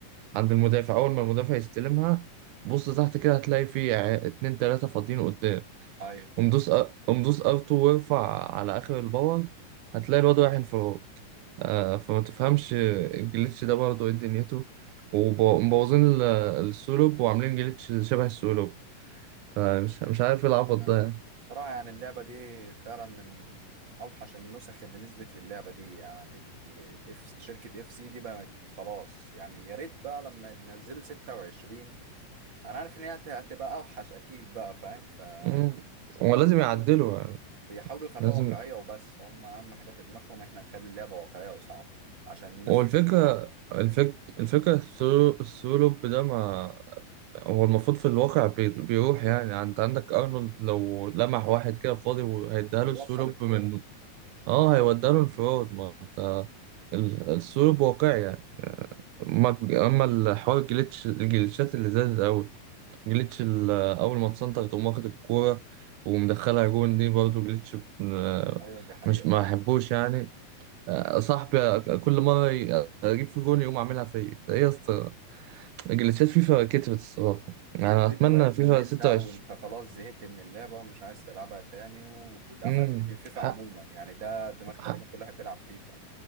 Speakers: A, on the right (about 80°); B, on the right (about 35°).
A: عند المدافع اول ما المدافع يستلمها بص تحت كده هتلاقي في ع- اتنين تلاتة فاضيين قدام
B: ايوه
A: قوم دوس أ- قوم دوس ار2 وارفع على اخر الباور هتلاقي الواد رايح انفراد آه فما تفهمش الجليتش ده برضه ايه دنيته ومبوظين ال- السولوب وعاملين جليتش شبه السولوب فمش مش عارف ايه العبط
B: أنا
A: ده يعني
B: بصراحة يعني اللعبة دي فعلا من أوحش النسخ اللي نزلت للعبة دي يعني ال F- شركة اف سي دي بقت خلاص يعني يا ريت بقى لما ينزلوا 26 أنا عارف إن هي هت- هتبقى أوحش أكيد بقى فاهم ف
A: مم.
B: يعني
A: هو لازم
B: بيحاولوا
A: يعدله يعني
B: بيحاولوا يخلوها
A: لازم
B: واقعية وبس هم أهم حاجة في دماغهم إحنا نخلي اللعبة واقعية وصعبة عشان الناس
A: هو الفكرة
B: تستمتع باللعبة
A: الفك... الفكرة السولو- السولوب ده ما هو المفروض في الواقع بي... بيروح يعني انت عندك ارنولد لو لمح واحد كده فاضي وهيديها
B: بيوصل
A: له السولوب
B: الكورة
A: من اه هيودي له انفراد ما انت ال- السلوك واقعي يعني اما اما الحوار الجليتش الجليتشات اللي زادت قوي جليتش ال- اول ما تسنتر تقوم واخد الكوره ومدخلها جون دي برضه جليتش ب-
B: أيوة دي حقيقة
A: مش ما
B: يعني
A: احبوش يعني آه، صاحبي كل مره ي- اجيب في جون يقوم عاملها فيا ايه يا اسطى الجليتشات فيفا كترت الصراحه يعني
B: كترت
A: اتمنى
B: وبقت
A: فيفا
B: مملة
A: 26
B: وانت خلاص زهقت من اللعبة ومش عايز تلعبها تاني واتقفلت
A: امم
B: من فيفا
A: حق
B: عموما يعني ده دماغ تقريبا
A: حق
B: كل واحد بيلعب فيفا